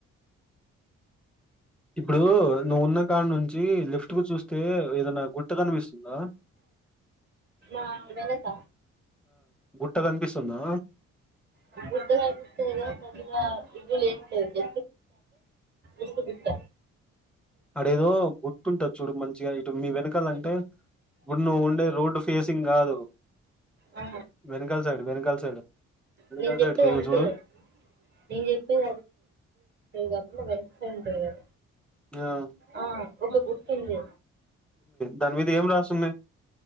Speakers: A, in the centre; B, on the right.
A: ఇప్పుడు నువ్వున్న కాడి నుంచి లెఫ్ట్ కు చూస్త అయితే ఏదైనా గుట్ట కనిపిస్తుందా
B: ఆ వెనక
A: ట్ట కనిపిస్తుందా
B: ఫుడ్డు కనిపిస్తుంది కానీ దానిమీద ఏమీ లేదు ఎస్ బిట్ట
A: అడేదో గుట్టుంట చూడు మంచిగా ఇటు మీ వెనకాల అంటే ఇప్పుడు నువ్వు ఉండే రోడ్డు ఫేసింగ్ కాదు
B: ఆ
A: వెనకాల్‌ సైడ్ వెనకాల్‌ సైడ్ వెనకాల
B: నేన్ చేపెదంతే
A: సైడ్ తిరుగు చూడు
B: నేన్ చెప్పేది నా బెస్ట్ ఫ్రెండ్స్ కదా
A: న్యా
B: ఆ ఒక గుర్తు ఉంది
A: దాని మీద ఏం రాసున్నాయి